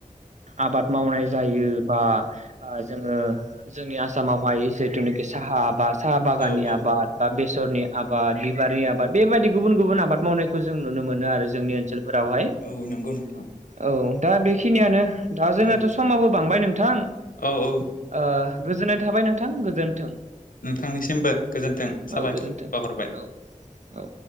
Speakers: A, on the right; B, on the left.
A: आबाद मावनाय जायो बा ओ जोङो जोंनि आसामावहाय जितुनोखि साहा आबाद साहा बागाननि
B: औ
A: आबाद।
B: औ
A: बा बेसरनि आबाद बिबारि आबाद बेबायदि गुबुन गुबुन आबाद मावनायखौ जों नुनो मोनो आरो जोंनि ओनसोलफोरावहाय।
B: औ नंगौ नोंथां।
A: औ दा बेखिनियानो दा जोंनाथ'
B: औ
A: समाबो बांबाय नोंथां।
B: औ औ।
A: ओ गोजोननाय थाबाय नोंथां। गोजोन्थों।
B: नोंथांनिसिमबो गोजोन्थों साबायख'र
A: औ गोजोन्थों
B: बावहरबाय।
A: औ औ।